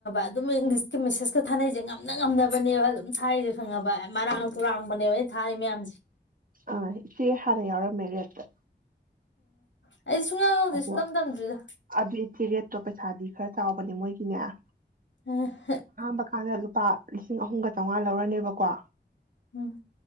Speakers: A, on the left (about 85°); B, on the right (about 50°).
A: ꯑꯗꯨꯝ ꯏꯪꯂꯤꯁ ꯃꯦꯁꯦꯁꯀ ꯊꯥꯅꯩꯁꯦ ꯉꯝꯅ ꯉꯝꯅꯕꯅꯦꯕ ꯑꯗꯨꯝ ꯊꯥꯔꯤꯁꯦ ꯈꯪꯉꯕ ꯃꯔꯥꯡ ꯇꯨꯔꯥꯡꯕꯅꯦꯕ ꯊꯥꯔꯤ ꯃꯌꯥꯝ
B: ꯑ ꯏꯆꯦ ꯍꯔ ꯌꯥꯎꯔꯝꯃꯦ ꯠꯇ
A: ꯎꯝ ꯑꯩꯗꯤ ꯁꯨꯡꯌꯥꯎ ꯌꯥꯎꯗꯦ
B: ꯑꯗꯨꯗ
A: ꯁꯨꯡꯇꯝ
B: ꯑꯗꯨ
A: ꯇꯝꯗ꯭ꯔꯤꯗ
B: ꯑꯗꯨ ꯏ ꯊꯤ ꯔꯠ ꯊꯣꯛ ꯄꯩ ꯁꯥꯥꯗꯤ ꯈꯔ ꯆꯥꯎꯕꯅꯦ ꯃꯣꯏꯒꯤꯅꯦ ꯑ
A: ꯎꯝ
B: ꯃꯈꯈꯥꯗꯂꯨ ꯂꯨꯄꯥ ꯂꯤꯁꯤꯡ ꯑꯍꯨꯝꯒ ꯆꯥꯝꯃꯉꯥ ꯂꯧꯔꯅꯦꯕꯀꯣ
A: ꯎꯝ